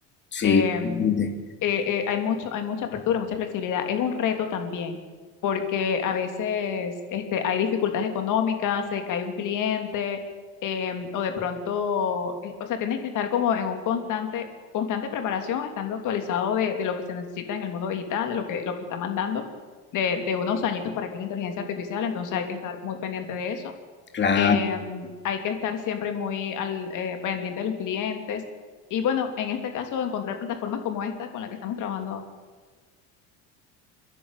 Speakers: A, on the left (about 30°); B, on the left (about 55°).
A: Sí,
B: em,
A: totalmente.
B: eh, eh, hay mucho, hay mucha apertura, mucha flexibilidad. Es un reto también, porque a veces este, hay dificultades económicas, se cae un cliente, em, o de pronto, eh, o sea, tienes que estar como en un constante, constante preparación, estando actualizado de, de lo que se necesita en el mundo digital, de lo que, lo que está mandando, de, de unos añitos para que es la inteligencia artificial, entonces hay que estar muy pendiente de eso
A: Claro.
B: eh, hay que estar siempre muy al, eh, pendiente de los clientes. Y bueno, en este caso, encontrar plataformas como esta con la que estamos trabajando.